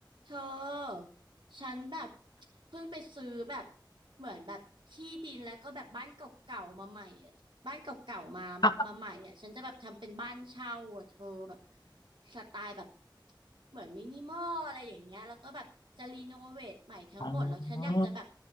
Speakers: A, on the right; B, on the left.
A: เธอฉันแบบเพิ่งไปซื้อแบบเหมือนแบบที่ดินแล้วก็แบบบ้านเก่าๆมาใหม่อะบ้านเก่าๆมามามาใหม่อ่ะฉันจะแบบทำเป็นบ้านเช่าอะเธอแบบ
B: อ
A: สไตล์แบบเหมือนมินิมอลอะไรอย่างเงี้ยแล้วก็แบบจะรีโนเวทใหม่ทั้งหมดแล้วฉันอยากจะแบบ
B: ๋อ